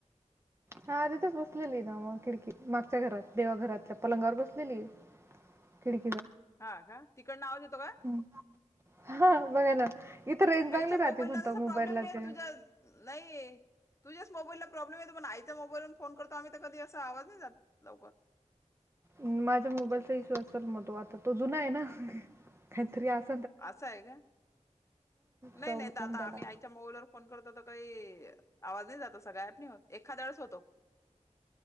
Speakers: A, on the right (about 20°); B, on the left (about 20°).
A: हा तिथंच बसलेली ना मग खिडकीत मागच्या घरात देवा घरातल्या पलंगावर बसलेली आहे. खिड
B: हा का. तिकडन आवाज येतो का?
A: हम्म. हा बघा ना इथं रेंज चांगली
B: आईच्या
A: राहते
B: मोबाईल
A: म्हणता
B: ला तसा
A: मोबाईलला
B: प्रॉब्लेम नाही
A: ते
B: तुझ्या नाही तुझ्याच मोबाईलला प्रॉब्लेम येतो पण आईच्या मोबाईलवर फोन करतो आम्ही तर कधी अस आवाज नाही जात लवकर.
A: माझ्या मोबाईलचा इशू असेल म तो आता तो जुना आहे ना. काहीतरी अस
B: असं आहे काय, नाही
A: प्रॉब्लेम
B: नाही तर आता
A: त्याला
B: आम्ही आईच्या मोबाईलवर फोन करतो तर काही, आवाज नाही जात असा गायब नाही होत. एखाद्या वेळेस होतो.